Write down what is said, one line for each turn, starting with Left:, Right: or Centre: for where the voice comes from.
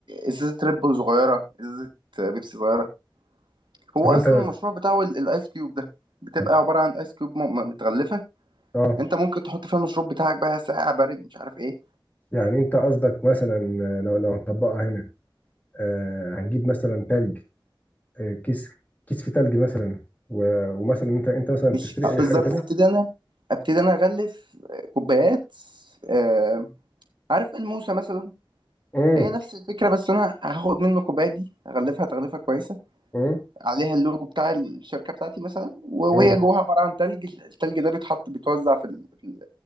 Right: ازازه ريد بول صغيره ازازه بيبسي صغيره هو
Left: طب
Right: اصلا
Left: انت
Right: المشروع بتاعه ال- الايس كيوب ده بتبقى
Left: طب
Right: عباره عن ايس كيوب م- م- متغلفه
Left: اه
Right: انت ممكن تحط فيها المشروب بتاعك بقى ساقع بارد مش عارف ايه
Left: يعني انت قصدك مثلا لو لو هنطبقها هنا آه، هتجيب مثلا تلج آه، كيس كيس في تلج مثلا و- ومثلا انت انت مثلا
Right: مش
Left: بتشتري
Right: آه، بالظبط
Left: اي حاجه تانية
Right: ابتدي انا ابتدي انا اغلف كوبايات آه، عارف الموسى مثلا
Left: امم
Right: هي نفس الفكرة بس أنا هاخد منه كوباية دي أغلفها تغليفة كويسة
Left: امم
Right: عليها اللوجو بتاع الشركة بتاعتي مثلا و-
Left: امم
Right: وهي جواها عبارة عن تلج التلج ده بيتحط بيتوزع في ال- في ال-